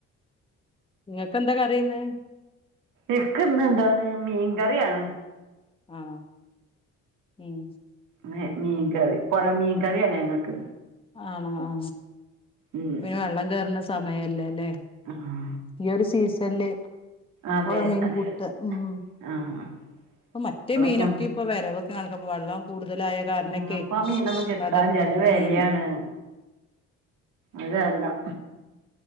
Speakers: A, on the left; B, on the right.
A: ങ്ങക്കെന്താ കറി ഇന്ന്
B: ഇക്ക് ന്നെന്താണ് മീൻകറ്യാണ്
A: ആണോ ഉം
B: മ്ഹെ മീൻകറി പൊഴ മീൻകറ്യാണ് ഞങ്ങക്ക്
A: ആണോ ആ
B: ഉം
A: പിന്നെ വള്ളം കേറ്ണ സമയല്ലേ ലെ
B: ആഹ്
A: ഈ ഒരു സീസല്ല്
B: അതെ
A: പൊഴമീൻ
B: അതെ
A: കൂട്ട ഉം
B: ആഹ്
A: പ്പ മറ്റേ
B: ഇപ്പളൊക്കെ
A: മീനൊക്കെ പ്പൊ വരവൊക്കെ കാണക്ക പ്പ വള്ളം കൂടുതലായ കാരണൊക്കെ
B: ആഹ് പ്പാ മീനൊന്നും കിട്ടാല്ല
A: കടൽ
B: ല്ല വെല്യാണ്
A: ഉം
B: അതാ ല്ലം